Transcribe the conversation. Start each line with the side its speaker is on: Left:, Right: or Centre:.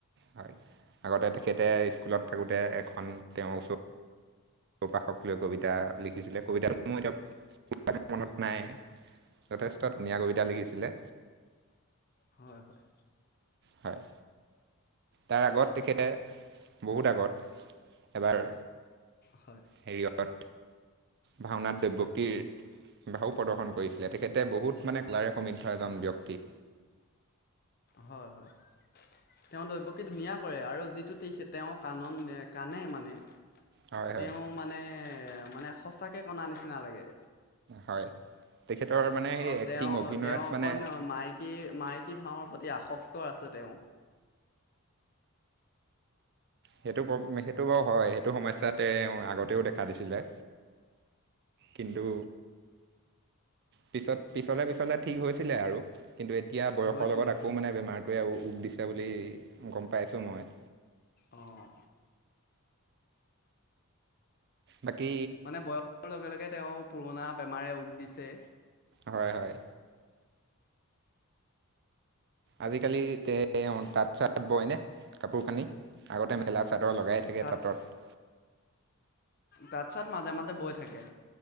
Right: হয় আগতে তেখেতে স্কুলত থাকোঁতে এখন তেওঁৰ ওচৰত প্ৰকাশক লৈ কবিতা লিখিছিলে কবিতাটো মোৰ এতিয়া মনত নাই যথেষ্ট ধুনীয়া কবিতা লিখিছিলে
Left: হয় হয়
Right: হয় তাৰ আগত তেখেতে বহুত আগত এবাৰ
Left: হয়
Right: হেৰিয়ত ভাওনাত দৈৱকীৰ ভাও প্ৰদৰ্শন কৰিছিলে তেখেতে বহুত মানে কলাৰে সমৃদ্ধ এজন ব্যক্তি
Left: হয় হয়। তেওঁ দৈব্যকী ধুনীয়া কৰে আৰু যিটো তেওঁ কানন কানে মানে।
Right: হয়
Left: তেওঁ
Right: হয়
Left: মানে মানে সঁচাকে কনা নিচিনা লাগে।
Right: হয় তেখেতৰ মানে সেই
Left: অ',
Right: এক্টিং
Left: তেওঁ
Right: অভিনয়ত
Left: তেওঁ অকণ
Right: মানে
Left: মাইকী মাইকী ভাওঁৰ প্ৰতি আসক্ত আছে তেওঁ।
Right: সেইটো সেইটো বাৰু হয় সেইটো সমস্যাতে আগতেও দেখা দিছিলে কিন্তু পিছত পিছলে পিছলে ঠিক হৈছিলে আৰু কিন্তু এতিয়া বয়সৰ
Left: হৈছিলে
Right: লগত আকৌ
Left: হৈছিলে
Right: মানে বেমাৰটোৱে ৰোগ দিছে বুলি গম পাইছোঁ মই।
Left: অঁ
Right: বাকী
Left: মানে বয়সৰ লগে লগে তেওঁ পুৰণা বেমাৰে উক দিছে।
Right: হয় হয়। আজিকালি তে তাঁত চাত বয় নে কাপোৰ কানি আগতে মেখেলা চা লগাই থাকে
Left: তাঁত
Right: তাঁতত
Left: তাৰছত মাজে মাজে বৈ থাকে।